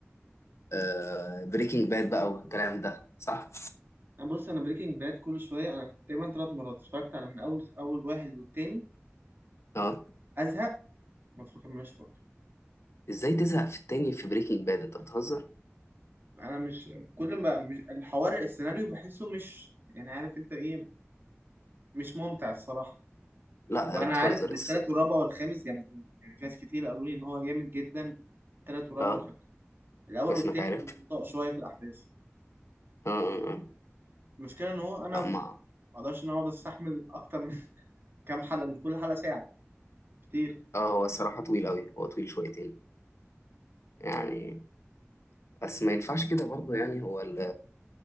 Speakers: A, on the left; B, on the right.
A: أه بريكنج باد بقى والكلام ده صح؟
B: أنا بص انا بريكنج باد كل شويه انا تقريبا ثلاث مرات اتفرجت على من اول اول واحد والتاني
A: أه
B: ازهق ما اتفرجش فرق
A: إزاي تزهق في التاني في بريكنج باد أنت بتهزر؟
B: انا مش كل ما مش الحوار السيناريو بحسه مش يعني عارف انت ايه مش ممتع الصراحه
A: لا
B: وانا
A: بتهزر
B: عارف ان
A: الس-
B: التالت والرابع والخامس جامدين يعني في ناس كتير قالوا لي ان هو جامد جدا التالت والرابع
A: أه
B: والخامس الاول
A: كويس
B: والتاني
A: إنك عارف
B: بطيء شويه في الاحداث
A: اه اه اه
B: المشكله ان هو انا
A: لا
B: ما
A: ولا ما
B: اقدرش ان أنا اقعد استحمل اكتر من <laughs> كام حلقه لان كل حلقه ساعه كتير
A: اه هو الصراحة طويل أوي هو طويل شويتين يعني بس ما ينفعش كده برضه يعني هو ال-